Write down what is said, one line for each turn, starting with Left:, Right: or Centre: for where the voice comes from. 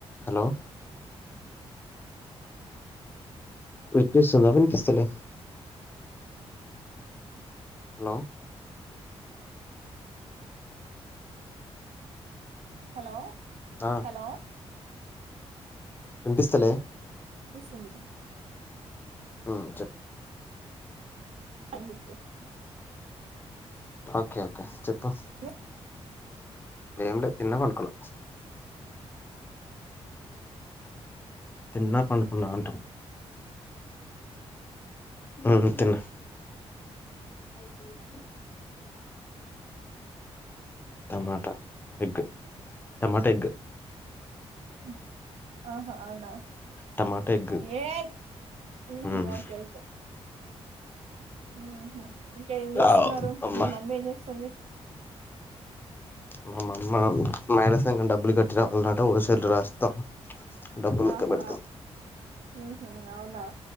Left: హలో వినిపిస్తున్న వినిపిస్తలే హలో
Right: హలో
Left: ఆ
Right: హలో
Left: వినిపిస్తలే
Right: పిస్తుంది
Left: ఆ చెప్
Right: ఏం చెప్పు
Left: ఓకే ఓకే చెప్పు
Right: ఎ
Left: ఏం లే తిన్న పడుకున్న తిన్న పండుకున్న అంటాన్న మ్మ్ తిన్న అయిపోయింది టమాటా ఎగ్ టమాట ఎగ్
Right: మ్మ్ ఆహా అవునా
Left: టమాటా ఎగ్
Right: ఏయ్ హ్మ్
Left: ఉమ్
Right: హు ఓకే కే హ్మ్ హు ఇంకా ఏం చేస్తున్నారు
Left: అవ్ అమ్మా
Right: మీ మమ్మి ఏం చేస్తుంది
Left: మా మమ్మ మైళా సంఘం డబ్బులు కట్టి రావాలన్నంట హోల్సేల్ రాస్తాం డబ్బులు
Right: ఆహా
Left: లెక్క పెడతాం
Right: హ్మ్ హు అవునా